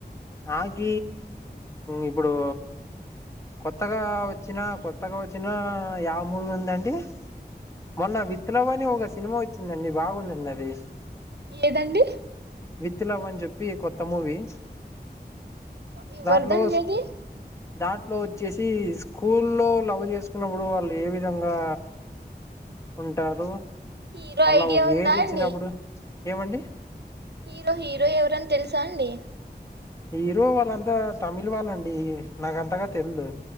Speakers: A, on the left; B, on the right.
A: నాక ఇప్పుడు కొత్తగా వచ్చినా కొత్తగా వచ్చినా యా మూవీ ఉందండి మొన్న విత్లవ్ అని ఒక సినిమా వచ్చిందండి బాగుందండి అది
B: ఏదండి
A: విత్లవ్ అని చెప్పి కొత్త మూవీ
B: ఈ వర్ధన్
A: దాంట్లో
B: జది
A: దాంట్లో వచ్చేసి స్కూల్లో లవ్ చేసుకున్నప్పుడు వాళ్ళు ఏ విధంగా ఉంటారు
B: హీరో
A: మళ్ళా
B: ఐడియా
A: ఒక
B: ఉందా
A: ఏజ్ వచ్చినప్పుడు
B: అండి
A: ఏమండి
B: హీరో హీరో ఎవరని తెలుసా అండి
A: హీరో వాళ్ళంతా తమిళ్ వాళ్ళండి నాకంతగా తెలిదు